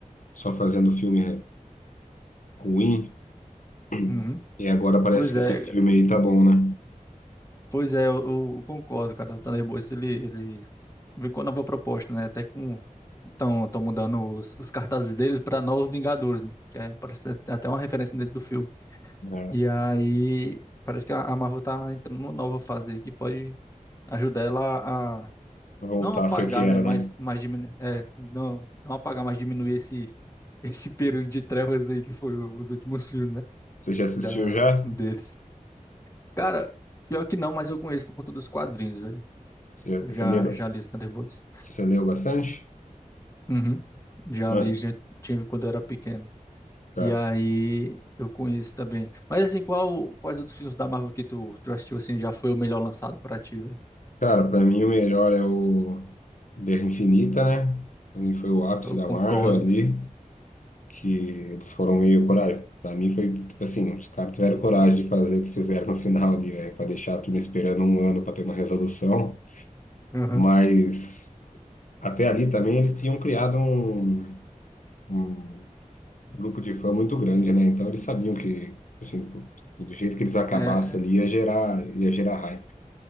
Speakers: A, on the left; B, on the left.
A: só fazendo filme ruim. <clears throat>
B: Uhum.
A: E agora parece
B: Pois
A: que
B: é,
A: esse filme aí tá bom, né?
B: pois é, eu, eu concordo, cara. O Thunderbolts, ele, ele vem com a nova proposta, né? Até que estão tão mudando os, os cartazes deles pra Novos Vingadores, né? que é, parece até até uma referência dentro do filme.
A: É,
B: E
A: se-
B: aí, parece que a a Marvel tá entrando numa nova fase aí que pode ajudar ela
A: voltar
B: não apagar,
A: a ser o que era,
B: né? Mas,
A: né?
B: mas diminuir. É, não, não apagar, mas diminuir esse, <laughs> esse período de trevas aí que foi o- os últimos <laughs> filmes, né?
A: Você já assistiu
B: Da,
A: já?
B: deles. Cara, pior que não, mas eu conheço por conta dos quadrinhos, velho.
A: Você, já-
B: Eu
A: você
B: já,
A: lembra?
B: já li os Thunderbolts.
A: Você leu bastante?
B: Uhum. Já
A: Mano.
B: li, já tive quando eu era pequeno.
A: Tá.
B: E aí eu conheço também. Mas assim, qual, quais outros filmes da Marvel que tu, tu assistiu assim já foi o melhor lançado pra ti, velho?
A: Cara, pra mim o melhor é o Guerra Infinita, né? Pra mim foi o ápice
B: Eu
A: da
B: concordo.
A: Marvel ali, que eles foram meio coragem. Pra mim foi, tipo assim, os caras tiveram coragem de fazer o que fizeram no final ali, velho, pra deixar a turma esperando um ano pra ter uma resolução.
B: Uhum.
A: Mas até ali também eles tinham criado um, um grupo de fã muito grande, né? Então eles sabiam que, tipo assim, pro- do jeito que eles acabassem
B: É, é.
A: ali ia gerar, ia gerar hype.